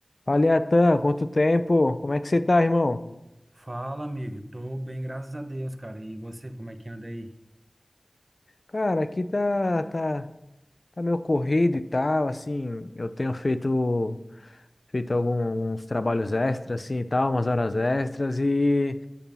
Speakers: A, on the left (about 60°); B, on the right (about 40°).
A: Fala, Atan, quanto tempo? Como é que você tá, irmão?
B: Fala, amigo. Tô bem, graças a Deus, cara. E você, como é que anda aí?
A: Cara, aqui tá, tá, tá meio corrido e tal, assim, eu tenho feito, feito alguns trabalhos extras, assim, e tal, umas horas extras e,